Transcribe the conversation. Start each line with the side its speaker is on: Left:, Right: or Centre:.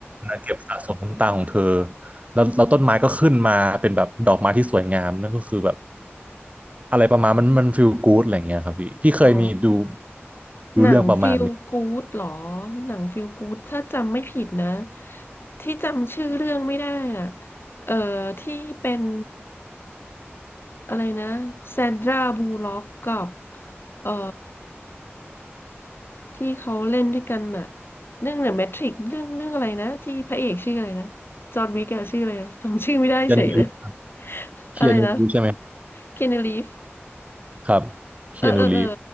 Right: เก็บสะสมน้ำตาของเธอแล้วแล้วต้นไม้ก็ขึ้นมาเป็นแบบดอกไม้ที่สวยงามนั่นก็คือแบบอะไรประมาณมันมันฟีลกู๊ดอะไรอย่างเงี้ยครับพี่พี่เคยมีดู
Left: อ๋อ
Right: ดูเรื่องประมาณนี้
Left: หนังฟ e ลกู o ดหรอหนังฟ e ลกู o ดถ้าจำไม่ผิดนะที่จำชื่อเรื่องไม่ได้น่ะเอ่อที่เป็นอะไรนะแซนดราบูล็อกกับเอ่อที่เขาเล่นด้วยกันน่ะเรื่องเดอะแมทริกเรื่องเรื่องอะไรนะที่พระเอกชื่ออะไรนะจอห์นวิกอะชื่ออะไรอะจำชื่อไม่ได้เฉยเลย
Right: ยัู้
Left: <laughs>
Right: เคียนูรีฟใช่ไหม
Left: อะไรนะคีนูรีฟ
Right: ครับเคียนูรีฟ
Left: เออเออเออ